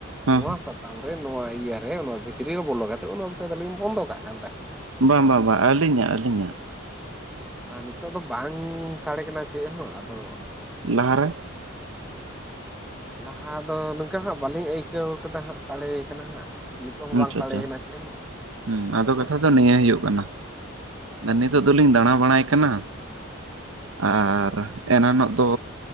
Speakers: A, on the right; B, in the centre.
A: ᱦᱮᱸ
B: ᱱᱚᱣᱟ ᱥᱟᱛᱟᱢ ᱨᱮ ᱱᱚᱣᱟ ᱤᱭᱟᱹᱨ ᱨᱮ ᱱᱚᱣᱟ ᱵᱷᱤᱛᱨᱤ ᱨᱮ ᱵᱚᱞᱚ ᱠᱟᱛᱮ ᱩᱱ ᱛᱚ ᱫᱚᱞᱤᱧ ᱵᱚᱱᱫᱚ ᱠᱟᱜ ᱠᱟᱱ ᱛᱟᱦᱮᱸᱱᱟ᱾
A: ᱵᱟᱝ ᱵᱟᱝ ᱵᱟᱝ ᱟᱹᱞᱤᱧᱟᱜ ᱟᱹᱞᱤᱧᱟᱜ᱾
B: ᱟᱨ ᱱᱤᱛᱚᱜ ᱫᱚ ᱵᱟᱝ ᱥᱟᱬᱮ ᱠᱟᱱᱟ ᱪᱮᱜ ᱦᱚᱸ ᱟᱫᱚ
A: ᱞᱟᱦᱟ ᱨᱮ?
B: ᱞᱟᱦᱟ ᱫᱚ ᱱᱚᱝᱠᱟ ᱦᱟᱸᱜ ᱵᱟᱹᱞᱤᱧ ᱟᱹᱭᱠᱟᱹᱣ ᱠᱟᱫᱟ ᱦᱟᱸᱜ ᱥᱟᱬᱮ ᱠᱟᱱᱟ ᱦᱟᱸᱜ᱾ ᱱᱤᱛᱚᱜ ᱦᱚᱸ
A: ᱟᱪᱪᱷᱟ
B: ᱵᱟᱝ ᱥᱟᱲᱮ
A: ᱟᱪᱪᱷᱟ
B: ᱠᱟᱱᱟ ᱪᱮᱜ ᱦᱚᱸ
A: ᱦᱮᱸ
B: ᱱᱤᱛᱚᱜ
A: ᱟᱫᱚ ᱠᱟᱛᱷᱟ
B: ᱢᱟ᱾
A: ᱱᱤᱭᱟᱹ ᱦᱩᱭᱩᱜ ᱠᱟᱱᱟ ᱱᱤᱛᱚᱜ ᱫᱚᱞᱤᱧ ᱫᱟᱬᱟ ᱵᱟᱲᱟᱭ ᱠᱟᱱᱟ᱾
B: ᱟᱪᱪᱷᱟ
A: ᱟᱨ ᱮᱱᱟᱱᱚᱜ ᱫᱚ